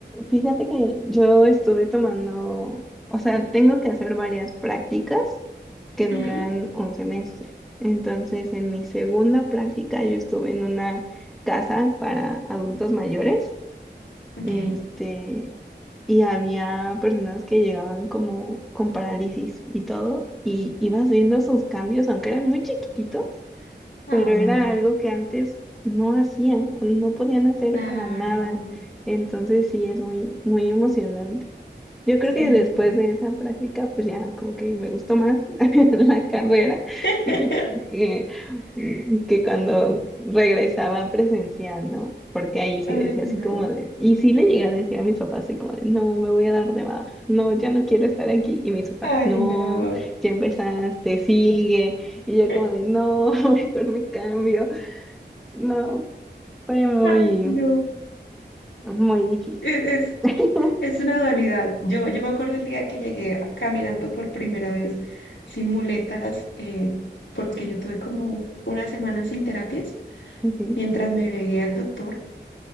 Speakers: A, in the centre; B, on the left (about 85°).
A: fíjate que yo estuve tomando, o sea, tengo que hacer varias prácticas. que duran
B: Ujú,
A: un semestre. Entonces, en mi segunda práctica, yo estuve en una casa para adultos mayores,
B: Ok.
A: este, y había personas que llegaban como con parálisis y todo, y ibas viendo sus cambios, aunque eran muy chiquititos,
B: Ay,
A: pero era algo que antes no hacían, o no podían hacer
B: claro.
A: para nada. Entonces sí es muy, muy emocionante. Yo creo
B: Sí.
A: que después de esa práctica, pues ya como que me gustó más <laughs> la carrera
B: <laughs>
A: <laughs> que, mm, que cuando regresaba presencial, ¿no? Porque ahí sí
B: Ay,
A: decía así
B: no.
A: como de, y sí le llegué a decir a mis papás así como de, no, me voy a dar de baja, no, ya no quiero estar aquí. Y mis papás,
B: Ay,
A: no,
B: no.
A: ya empezaste, sigue. Y yo
B: <laughs>
A: como de, no, <laughs> mejor me cambio. No, fue muy,
B: Ay, no.
A: muy difícil.
B: Es, es,
A: <laughs>
B: es una dualidad. Yo, yo me acuerdo el día que llegué caminando por primera vez sin muletas, eh, porque yo tuve como una semana sin terapias
A: okay
B: mientras me veía el doctor